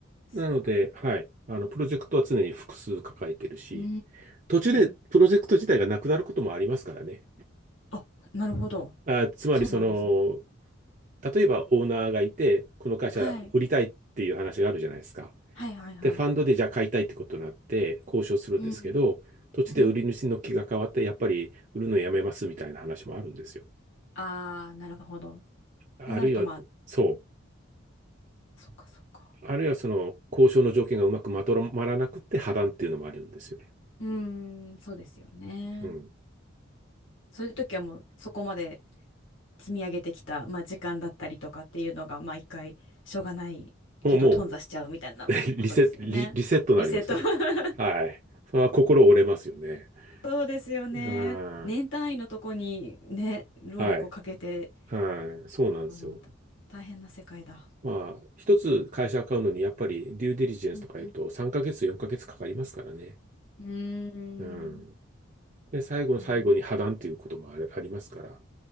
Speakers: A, on the left (about 65°); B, on the right (about 40°).
A: すごい。
B: なので、はい。あの、プロジェクトは常に複数抱えてるし、
A: うー
B: 途中でプロジェクト自体がなくなることもありますからね。
A: ん。あ、なるほど。
B: あ、つまり、
A: そうなんですね。
B: その、例えばオーナーがいて、この会社売りたいっていう話があるじゃないですか。
A: はい。はいはいはい。
B: で、ファンドでじゃあ買いたいってことになって交渉するんですけど、
A: うん。
B: 途中で売り主の気が変わって、
A: うん。
B: やっぱり売るのやめますみたいな話もあるんですよ。
A: ああ、なるほど。っ
B: あるいは、
A: てなると、まあ、
B: そう。
A: そっかそっか。
B: あるいはその交渉の条件がうまくまとまらなくて破談っていうのもあるんですよね。
A: うーん、そうですよね。
B: うん。
A: そういう時はもうそこまで積み上げてきた、まあ、時間だったりとかっていうのが、まあ一回しょうがないけど頓挫しちゃうみたいなことですよね。
B: もう、もう、<laughs> リセ、リ、リセットになりますよね。
A: リセット。<laughs>
B: はい。それは心折れますよね。
A: そうですよね。
B: うん。
A: 年単位のとこにね、労力をかけて、
B: はい。はい。そうなんですよ。
A: あの、た大変な世界だ。
B: まあ、一つ会社買うのに、やっぱりデューデリジェンスとか言うと3ヶ月、
A: うんうん。
B: 4ヶ月かかりますからね。
A: うーん、
B: うん。で、最後の最後に破談っていうこともある、
A: なるほど。
B: ありますから。